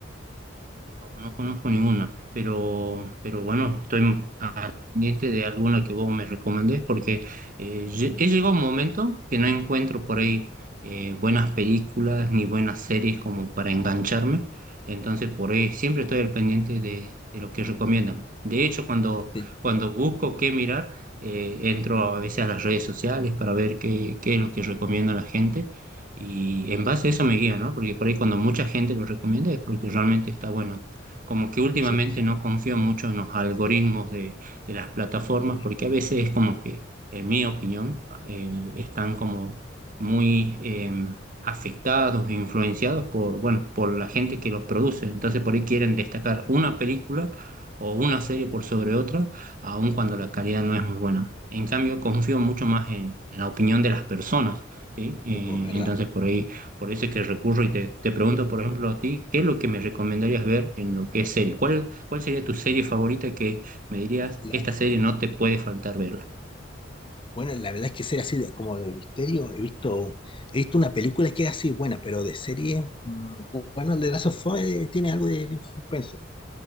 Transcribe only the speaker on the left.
Este,
Sí,
Mm,
mm,
tipo, ¿verdad?
Ya,
la-
Bueno, la verdad es que ser así de, como de misterio, he visto, he visto una película que es así buena, pero de serie, mm, bueno, The Last of Us eh, tiene algo de, suspenso,